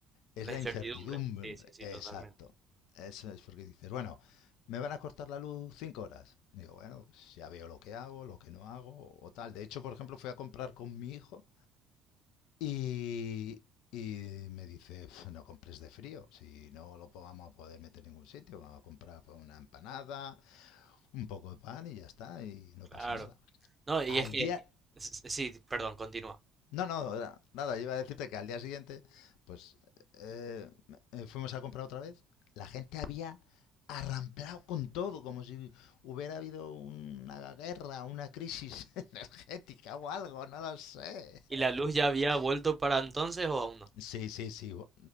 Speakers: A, on the left; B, on the right.
A: Es
B: La
A: la
B: incertidumbre.
A: incertidumbre.
B: Sí, sí, sí,
A: Exacto.
B: totalmente.
A: Eso es porque dices, bueno, me van a cortar la luz cinco horas. Digo, bueno, pues ya veo lo que hago, lo que no hago o tal. De hecho, por ejemplo, fui a comprar con mi hijo y, y me dice, "Pf, no compres de frío, si no lo po- vamos a poder meter en ningún sitio, vamos a comprar pues, una empanada, un poco de pan y ya está, y no
B: Claro.
A: pasa nada.
B: No, y
A: Al
B: es que,
A: día
B: s- s- sí, perdón, continúa.
A: No, no, era- nada, iba a decirte que al día siguiente, pues eh, eh, fuimos a comprar otra vez. La gente había arramplado con todo, como si hubiera habido una guerra, una crisis <laughs> energética o algo, no lo sé.
B: ¿Y la luz ya había vuelto para entonces o aún no?
A: Sí, sí, sí. bu-